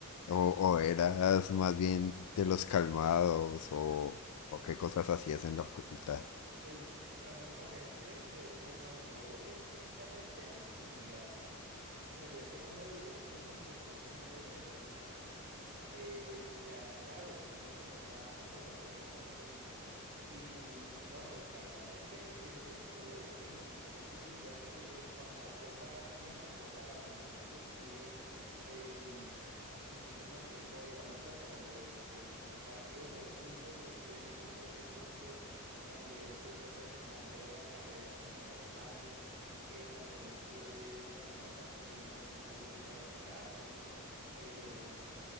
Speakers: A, on the left; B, on the right.
A: ¿O, o eras más bien de los calmados? ¿O, o qué cosas hacías en la facultad?
B: Pues cuando comencé, yo dije, no, yo voy estrictamente a estudiar, pero eso no me duró sino como los dos primeros semestres. eh, ya, claro, pues uno comienza a conocerse con gente y, y no, pues francamente eh, estuve en, yo creería que en cuanta cosa me convocaban, entonces estuve em, muchísimo tiempo, digamos, bueno, eh, eh, en partidos de fútbol y estuve en equipos de fútbol, también fui representante de la carrera como dos años, eh, también estuve en alguna ocasión en un, en un grupo de teatro. em,